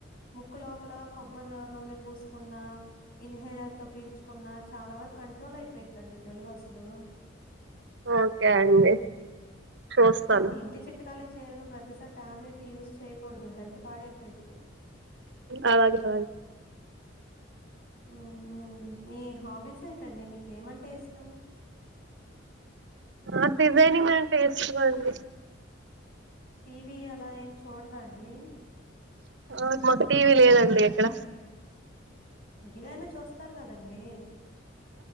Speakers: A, on the left; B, on the right.
A: ముక్కు లోపల కొబ్బరి నూనె పూసుకున్న ఇన్హేలర్ తో పీల్చుకున్న చాలా వరకు కంట్రోల్ అయిపోయిద్దండి జలుబసలు
B: ఓకే అండి చూస్తాను
A: ఉ ఇంటి చిట్ కాలే చిట్ చేయడం ప్రతిసారి టాబ్లెట్లు యూజ్ చేయకూడదు హెల్త్ పాడైపోయిద్ది
B: అలాగే అలాగే
A: ఊమ్ మీ హాబీస్ ఏంటండి మీకేమంటే ఇష్టం
B: నాకు డిజైనింగ్ అంటే ఇష్టం అండి
A: టీవీ అలా ఏం చూడరా అండి
B: ఒ మాకు టీవీ లేదండి ఎక్కడ
A: ఉదయానే చూస్తారు కదండీ